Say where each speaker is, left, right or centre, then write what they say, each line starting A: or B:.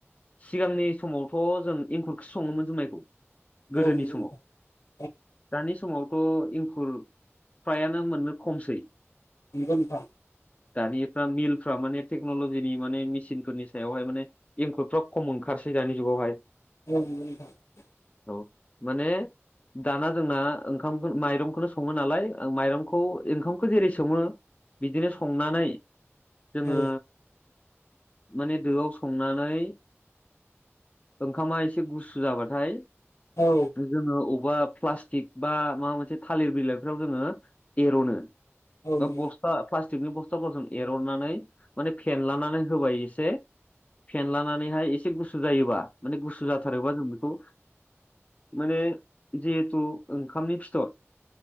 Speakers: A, on the left; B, on the left.
A: सिगांनि समावथ' जों एंखुरखौसो सङोमोन जुमाइखौ गोदोनि
B: औ नंगौ
A: समाव
B: नोंथां औ
A: दानि समावथ' इंखुर फ्रायानो मोननो खमसै
B: नंगौ नोंथां
A: दानिफ्रा मिलफ्रा माने टेक्न'लजिनि माने मेसिनफोरनि सायावहाय माने एंखुरफ्रा खम ओंखार खारसै दानि जुगावहाय
B: उम नंगौ नोंथां
A: ओ माने दाना जोंना ओंखामखौनो माइरंखौनो सङो नालाय ओं माइरंखौ ओंखामखौ जेरै सङो बिदिनो संनानै
B: नोंथां
A: जोङो माने दोआव संनानै ओंखामा एसे गुसु जाबाथाय
B: औ
A: जोङो अबा प्लास्टिक बा माबा मोनसे थालिर बिलाइफ्राव जोङो एर'नो
B: औ नंगौ
A: बा बसथा फ्लास थिक बस्थाफोरजों एरननानै माने फेनलानानै होबाय एसे फेनलानानैहाय एसे गुसु जायोबा माने गुसु जाथारोबा जों बेखौ माने जिहेथु ओंखामनि फिथर